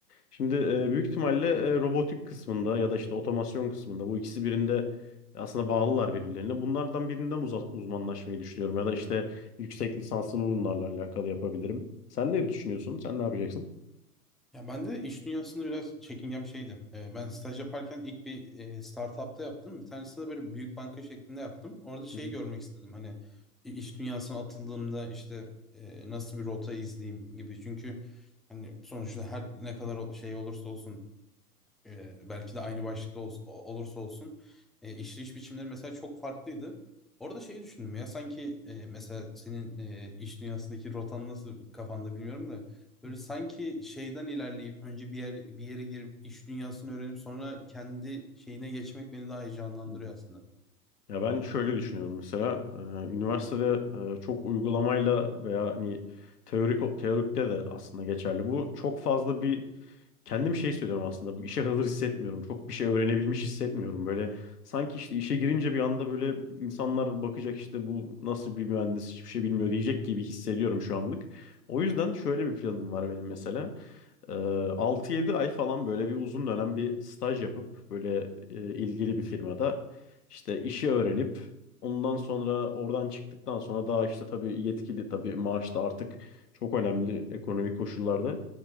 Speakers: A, on the left; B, in the centre.
A: Şimdi e, büyük ihtimalle e, robotik kısmında ya da işte otomasyon kısmında bu ikisi birinde aslında bağlılar birbirlerine. Bunlardan birinden uza- uzmanlaşmayı düşünüyorum ya da işte yüksek lisansımı bunlarla alakalı yapabilirim. Sen ne düşünüyorsun? Sen ne yapacaksın?
B: Ya ben de iş dünyasında biraz çekingen bir şeydim. Ee, ben staj yaparken ilk bir e, startup'ta yaptım. Bir tanesinde böyle büyük banka şeklinde yaptım. Orada şeyi
A: Hı hı.
B: görmek istedim. Hani i- iş dünyasına atıldığımda işte e, nasıl bir rota izleyeyim gibi. Çünkü hani sonuçta her ne kadar o- şey olursa olsun e, belki de aynı başlıkta ols- olursa olsun e, işleyiş biçimleri mesela çok farklıydı. Orada şeyi düşündüm ya sanki e, mesela senin e, iş dünyasındaki rotan nasıl kafanda bilmiyorum da
A: Hı
B: böyle sanki şeyden ilerleyip önce bir yer bir yere girip iş dünyasını öğrenip sonra kendi şeyine geçmek beni daha heyecanlandırıyor
A: hı.
B: aslında.
A: Ya ben şöyle düşünüyorum mesela e, üniversitede e, çok uygulamayla veya hani teorik teorikte de aslında geçerli bu. Çok fazla bir kendim şey söylüyorum aslında bu işe hazır hissetmiyorum. Çok bir şey öğrenebilmiş hissetmiyorum.
B: Hı hı.
A: Böyle sanki işte işe girince bir anda böyle insanlar bakacak işte bu nasıl bir mühendis hiçbir şey bilmiyor diyecek gibi hissediyorum şu anlık. O yüzden şöyle bir planım var benim mesela. Ee, 6-7 ay falan böyle bir uzun dönem bir staj yapıp böyle e, ilgili bir firmada işte işi öğrenip ondan sonra oradan çıktıktan sonra daha işte tabii yetkili tabii maaş da artık çok önemli ekonomik koşullarda.